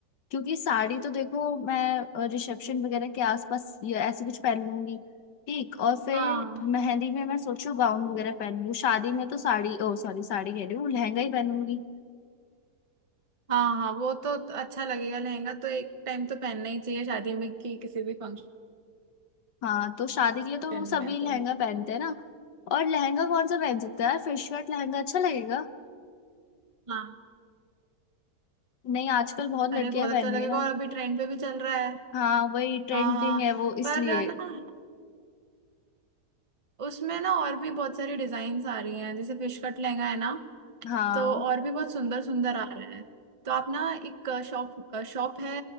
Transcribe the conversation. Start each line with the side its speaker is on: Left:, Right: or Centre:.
Left: क्योंकि साड़ी तो देखो मैं रिसेप्शन वगैरह के आसपास ये ऐसे कुछ पहन लूंगी ठीक और फिर
Right: हाँ
Left: मेहंदी में मैं सोचू गाउन वगैरह पहन लूँ शादी में तो साड़ी ओ सॉरी साड़ी कह रही हूँ लहंगा ही पहनूंगी
Right: हाँ हाँ वो तो अच्छा लगेगा लहंगा तो एक टाइम तो पहनना ही चाहिए शादी में कि किसी भी फंक्शन
Left: हाँ तो शादी के लिए तो
Right: में
Left: वो सभी
Right: तो
Left: लहंगा पहनते हैं ना और लहंगा कौन सा पहन सकते हैं यार फिश कट लहंगा अच्छा लगेगा
Right: हाँ
Left: नहीं आजकल बहुत
Right: अरे
Left: लड़कियां
Right: बहुत
Left: पहन
Right: अच्छा लगेगा
Left: रही है ना
Right: और अभी ट्रेंड पे भी चल रहा है
Left: हाँ वही ट्रेंडिंग
Right: हाँ हाँ
Left: है वो
Right: पर
Left: इसलिए
Right: ना उसमें ना और भी बहुत सारी डिजाइन्स आ रही हैं जैसे फिश कट लहंगा है ना
Left: हाँ
Right: तो और भी बहुत सुंदर सुंदर आ रहे हैं तो आप ना एक शॉप शॉप है